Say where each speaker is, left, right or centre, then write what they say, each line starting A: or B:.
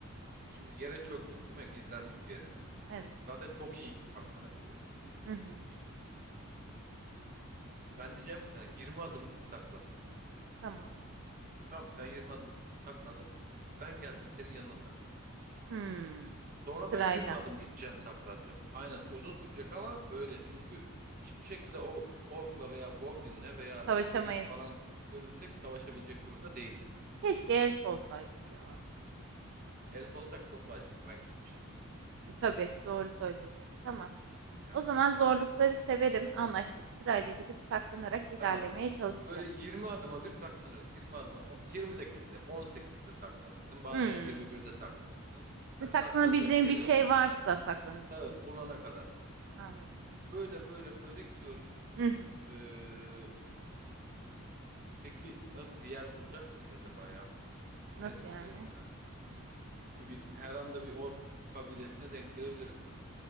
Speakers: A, on the right (about 40°); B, on the right (about 60°).
A: Şimdi yere çöktük değil mi? Gizlendik bir yere.
B: Evet.
A: Zaten çok iyi saklanabiliyoruz. Çok
B: Hı hı.
A: çok iyi. Ben diyeceğim ki sana 20 adım git saklan.
B: Tamam.
A: Tamam mı? sen 20 adım gittin saklandın. Ben geldim senin yanına saklandım.
B: Hmm.
A: Sonra
B: Sırayla.
A: ben 20 adım gideceğim saklanacağım. Aynen uzun sürecek ama böyle. Çünkü hiçbir şekilde o orkla veya goblinle veya
B: Savaşamayız.
A: bir druid falan görürsek savaşabilecek durumda değiliz.
B: Keşke elf olsaydık ya.
A: Elf olsak çok kolay şimdi ben gitmiştim.
B: Tabii, doğru söylüyorsun. Tamam.
A: Yani
B: O zaman zorlukları severim. Anlaştık. Sırayla gidip saklanarak ilerlemeye
A: tamam.
B: çalışacağız.
A: Böyle 20 adıma bir saklanıyoruz. yirmi adıma o- 20 de kesin değil. 18'de saklanırsın. Bazen
B: Hmm.
A: 21'de saklanırsın. Hani
B: Saklanabileceğin
A: saklanacak yeri
B: bir şey varsa saklanırsın.
A: tabii bulana kadar.
B: Anladım.
A: Böyle böyle böyle gidiyoruz.
B: Hı hı.
A: Ee, peki nasıl bir yer bulacak mıyız acaba ya?
B: Nasıl
A: Ne durumdayız
B: yani?
A: yani? Çünkü bir her anda bir ork kabilesine denk gelebiliriz.